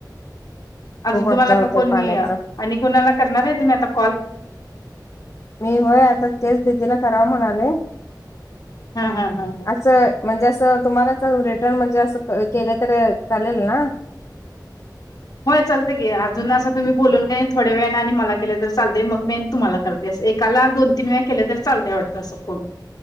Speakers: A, on the left; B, on the left.
A: अजून
B: खूप अपदा
A: तुम्हाला
B: होतोय
A: तर कोणी
B: पाण्याचा
A: आणि कोणाला करणार आहे तुम्ही आता कॉल
B: मी होय आता तेच दिदीला कराव म्हणालोय.
A: हा -हा -हा -हा.
B: असं म्हणजे असं तुम्हालाच रिटर्न म्हणजे असं केलं तरी चालेल ना
A: होय चालतंय की, अजून असं तुम्ही बोलून का नाही थोड्या वेळाने आणि मला केलं तर चालतंय मग मी तुम्हाला करते असं एक काला <inaudible> दोन तीन वेळा केले तरी चालतय वाटतं असं फोन